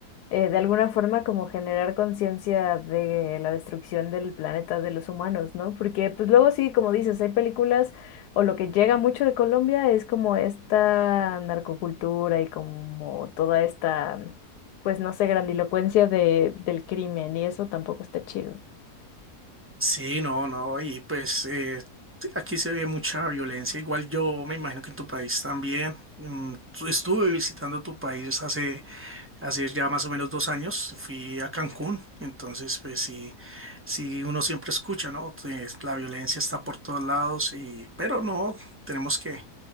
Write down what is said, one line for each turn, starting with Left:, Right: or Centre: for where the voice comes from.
Left: eh, de alguna forma como generar conciencia de la destrucción del planeta de los humanos, ¿no? Porque pues luego sí, como dices, hay películas o lo que llega mucho de Colombia es como esta narcocultura y como toda esta, pues no sé, grandilocuencia de, del crimen y eso tampoco está chido.
Right: Sí, no, no, y pues eh, sí, aquí se ve mucha violencia. Igual yo me imagino que en tu país también. Mm, tu- estuve visitando tu país hace Hace ya más o menos dos años fui a Cancún, entonces pues sí, sí uno siempre escucha, ¿no? Pues, la violencia está por todos lados y, pero no, tenemos que,